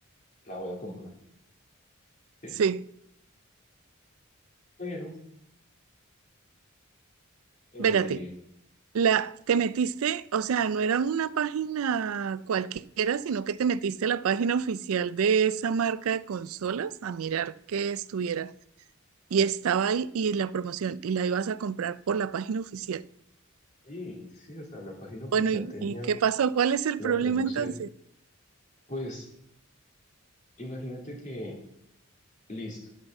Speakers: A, on the left; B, on the right.
A: la voy a comprar, ¿sí?
B: Sí,
A: Pero... Eh,
B: vérate. La, te metiste, o sea, no era una página cualquiera, sino que te metiste a la página oficial de esa marca de consolas a mirar qué estuviera. y estaba ahí y la promoción y la ibas a comprar por la página oficial.
A: y sí, o sea, la página oficial
B: Bueno, ¿y,
A: tenía
B: y qué pasó? ¿Cuál es el
A: la
B: problema
A: promoción.
B: entonces?
A: Pues imagínate que, listo.